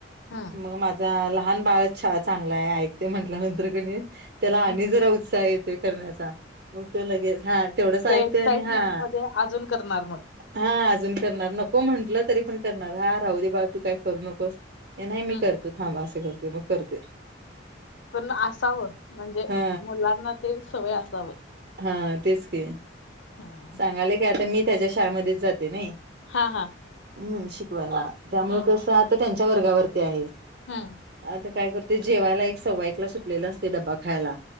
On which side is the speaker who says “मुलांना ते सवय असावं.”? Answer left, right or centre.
Left